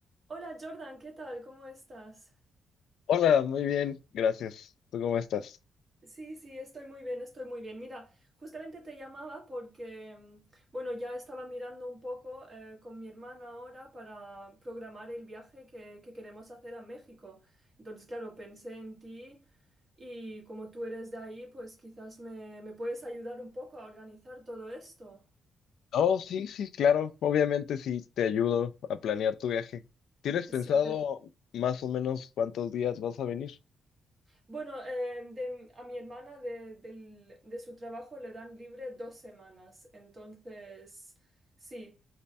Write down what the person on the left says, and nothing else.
Hola, muy bien, gracias. ¿Tú cómo estás?
Oh, sí, sí, claro. Obviamente sí, te ayudo a planear tu viaje. ¿Tienes pensado
más o menos cuántos días vas a venir?